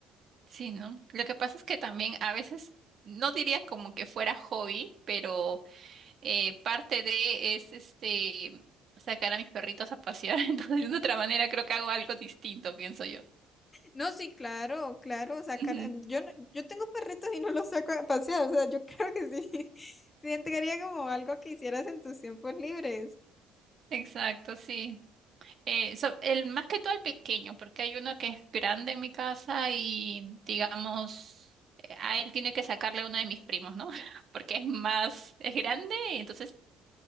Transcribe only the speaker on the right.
Sí, ¿no? Lo que pasa es que también a veces, no diría como que fuera hobby, pero eh, parte de es este sacar a mis perritos a pasear. <laughs> Entonces, de otra manera, creo que hago algo distinto, pienso yo.
Ujú,
Exacto, sí. Eh, so- el, más que todo el pequeño, porque hay uno que es grande en mi casa y, digamos, eh, a él tiene que sacarle uno de mis primos, ¿no? <laughs> Porque es más, es grande y entonces